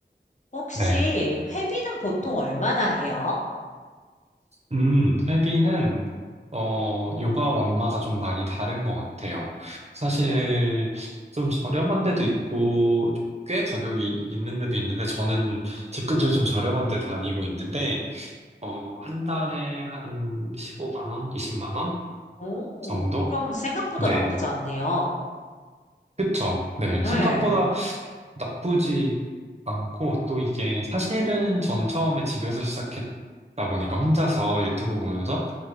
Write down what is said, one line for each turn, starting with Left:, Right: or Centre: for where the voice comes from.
Left: 혹시
Right: 네.
Left: 회비는 보통 얼마나 해요?
Right: 음, 회비는, 어, 요가 원마다 좀 많이 다른 것 같아요. 사실 좀 저렴한 데도 있고, 꽤 가격이 있는 데도 있는데, 저는 집 근처에 좀 저렴한 데 다니고 있는데, 어, 한 달에 한 15만 원, 20만 원
Left: 오
Right: 정도?
Left: 그럼 생각보다
Right: 네.
Left: 나쁘지 않네요.
Right: 그쵸. 네.
Left: 네
Right: 생각보다 나쁘지 않고, 또 이게 사실은 전 처음에 집에서 시작했다 보니까 혼자서 유튜브 보면서,